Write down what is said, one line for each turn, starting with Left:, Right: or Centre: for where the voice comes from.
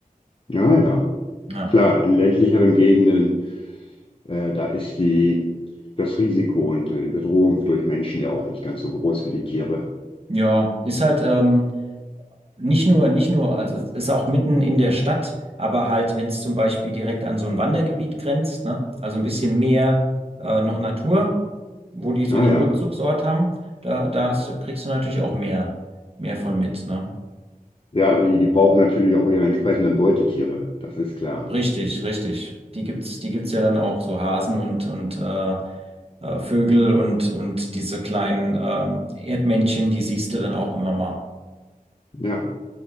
Left: Ja, ja,
Right: Ja,
Left: klar, in ländlicheren Gegenden, äh, da ist die, das Risiko und äh, die Bedrohung durch Menschen ja auch nicht ganz so groß wie die Tiere.
Right: ja, ist halt. Ähm, Nicht nur, nicht nur, also es ist auch mitten in der Stadt, aber halt, wenn es zum Beispiel direkt an so ein Wandergebiet grenzt, ne? Also ein bisschen mehr äh, noch Natur, wo die so
Left: Ja,
Right: ihren
Left: ja,
Right: Rückzugsort haben, da, da hast, du- kriegst du natürlich auch mehr, mehr von mit, ne?
Left: ja, die, die brauchen natürlich auch ihre entsprechenden Beutetiere, das ist klar.
Right: Richtig, richtig. Die gibt's, die gibt's ja dann auch, so Hasen und, und äh, äh, Vögel und, und diese kleinen äh, Erdmännchen, die siehst du dann auch immer mal.
Left: Ja,